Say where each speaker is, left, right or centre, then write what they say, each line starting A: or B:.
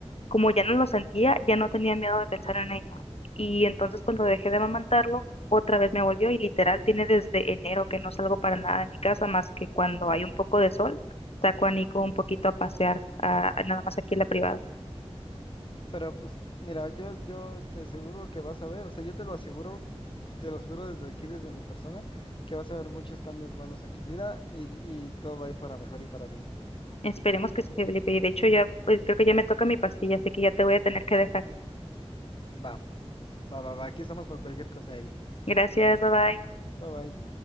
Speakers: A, on the left (about 65°); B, on the left (about 50°).
A: como ya no lo sentía, ya no tenía miedo de pensar en ello. Y entonces cuando dejé de amamantarlo, otra vez me volvió y literal tiene desde enero que no salgo para nada de mi casa más que cuando hay un poco de sol, saco a Nico un poquito a pasear, a- a nada más aquí en la privada.
B: Pero pues mira, yo, yo te aseguro que vas a ver, o sea, yo te lo aseguro, te lo aseguro desde aquí, desde mi persona, que vas a ver muchos cambios buenos en tu vida y, y todo va a ir para mejor y para bien.
A: Esperemos que sí, Felipe. Y de hecho ya, pues creo que ya me toca mi pastilla, así que ya te voy a tener que dejar.
B: Va. Va, va, va. Aquí estamos para cualquier cosa, Eli.
A: Gracias, bye bye.
B: Bye, bye.